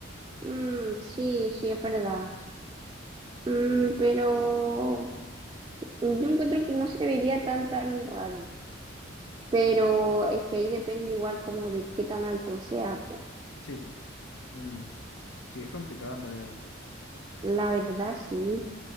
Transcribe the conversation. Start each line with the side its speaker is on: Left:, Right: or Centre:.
Right: Mm, sí, sí, es verdad. Mm, pero yo encuentro que no se vería tan tan raro. Pero es que ahí depende igual como de qué tan alto sea, po.
Left: Sí, pues. Mm. Sí, es complicado en realidad.
Right: La verdad sí.